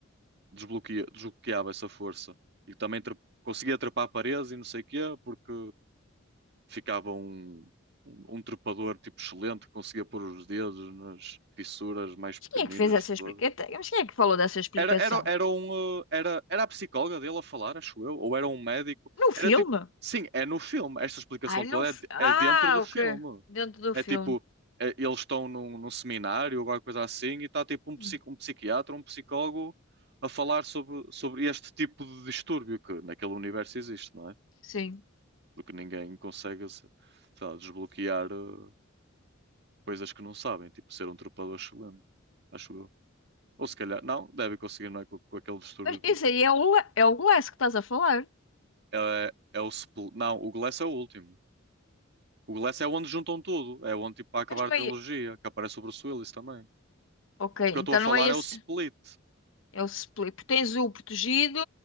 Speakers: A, on the right; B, on the left.
A: desbloqueia, desbloqueava essa força. E também tra- conseguia trepar paredes e não sei o quê, porque ficava um, um, um trepador tipo excelente, que conseguia pôr os dedos nas fissuras mais
B: Mas
A: pequeninas
B: quem é que fez essa
A: de
B: explicação?
A: todas.
B: Mas quem é que falou dessa explicação?
A: Era, era, era, um, eh, era, era a psicóloga dele a falar, acho eu, ou era um médico.
B: No filme?
A: Era tipo, sim, é no filme. Esta explicação
B: Ai,
A: toda
B: no... fi-
A: é, de-
B: Ah,
A: é dentro do filme.
B: ok. Dentro do
A: É
B: filme.
A: tipo, eh, eles estão num, num seminário, ou alguma coisa assim, e está tipo um, psico,
B: Hum,
A: um psiquiatra, um psicólogo a falar sobre, sobre este tipo de distúrbio que naquele universo existe, não é?
B: Sim.
A: Porque ninguém consegue, se- sei lá, desbloquear eh, coisas que não sabem, tipo ser um trepador excelente, acho eu. Ou se calhar, não, deve conseguir, não é? Com, com aquele distúrbio.
B: Mas esse aí é o, Le- é o Glass que estás a falar.
A: É, é é o. Spl- Não, o Glass é o último. O Glass é onde juntam tudo. É onde, tipo, para acabar
B: Mas não
A: a trilogia,
B: é.
A: que aparece o Bruce Willis também. O
B: Ok,
A: que eu
B: então
A: estou a falar
B: não é esse.
A: é o Split.
B: É o split. Tens o protegido,